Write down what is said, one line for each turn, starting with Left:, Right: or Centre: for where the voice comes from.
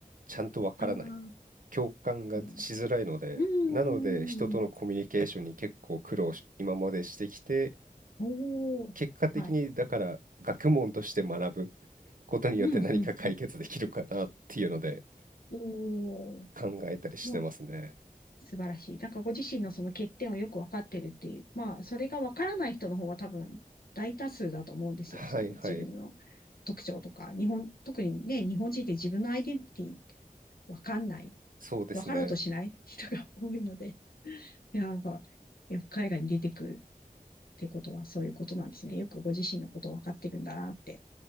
Right: ちゃんとわからない。
Left: ああー、
Right: 共感がしづらいので、
Left: うん。
Right: なので人とのコミュニケーションに結構苦労し、
Left: うん。
Right: 今までしてきて、
Left: おお。
Right: 結果的にだから学問として学ぶ
Left: はい。
Right: ことによって何か解決できるかなっていうので
Left: うん、うん、うん。おお、
Right: 考えたりしてますね。
Left: まあ、素晴らしい。なんかご自身のその欠点をよくわかってるっていう、まあ、それがわからない人の方が多分大多数だと思うんですよ。
Right: はいはい、
Left: その自分の特徴とか、日本、特にね、日本人って自分のアイデンティティわかんない、
Right: そうですね。
Left: わかろうとしない人が多いので、いや、なんか、いや、海外に出てくるってことはそういうことなんですね。よくご自身のことをわかってるんだなって。